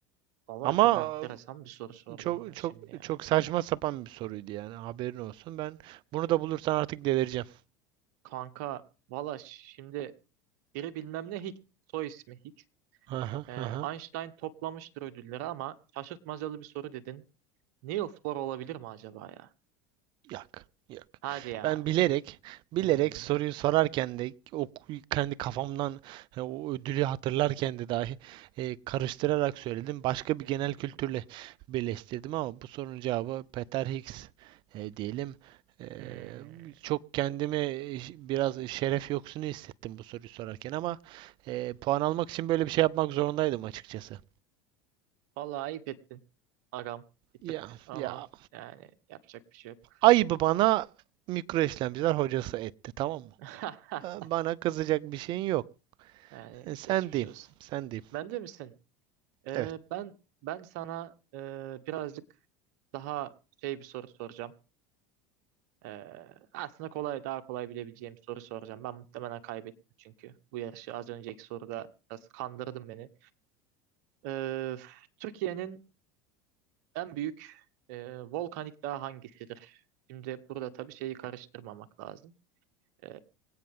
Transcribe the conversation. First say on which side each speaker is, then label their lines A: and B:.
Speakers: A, on the right; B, on the right.
A: Valla
B: Ama
A: çok enteresan bir soru sordum
B: Çok
A: bana
B: çok
A: şimdi ya.
B: çok saçma sapan bir soruydu yani haberin olsun. Ben bunu da bulursan artık delireceğim.
A: Kanka valla şimdi biri bilmem ne Higgs. Soy ismi Higgs.
B: Aha,
A: Ee,
B: aha.
A: Einstein toplamıştır ödülleri ama şaşırtmacalı bir soru dedin. Niels Bohr olabilir mi acaba ya?
B: Yok, yok.
A: Hadi ya.
B: Ben bilerek, bilerek
A: Hmm,
B: soruyu sorarken de o k- kendi kafamdan e, o ödülü hatırlarken de dahi e, karıştırarak söyledim. Başka bir
A: hmm.
B: genel kültürle birleştirdim ama bu sorunun cevabı Peter Higgs e, diyelim. E,
A: Hmm.
B: çok kendimi ş- biraz şeref yoksunu hissettim bu soruyu sorarken ama e, puan almak için böyle bir şey yapmak zorundaydım açıkçası.
A: Vallahi ayıp ettin. Agam bir
B: Ya,
A: tık ama
B: ya
A: yani yapacak bir şey yok.
B: ayıbı bana mikro işlemciler hocası etti, tamam mı?
A: <laughs>
B: Ee, Bana kızacak bir şeyin yok.
A: Yani
B: E, Sen
A: geçmiş
B: diyeyim.
A: olsun.
B: Sen diyeyim.
A: Ben de misin? Ee,
B: Evet.
A: ben ben sana e, birazcık daha şey bir soru soracağım. Ee, aslında kolay daha kolay bilebileceğim bir soru soracağım. Ben muhtemelen kaybettim çünkü bu yarışı az önceki soruda biraz kandırdın beni. Ee, Türkiye'nin en büyük e, volkanik dağı hangisidir? Şimdi burada tabii şeyi karıştırmamak lazım. Ee,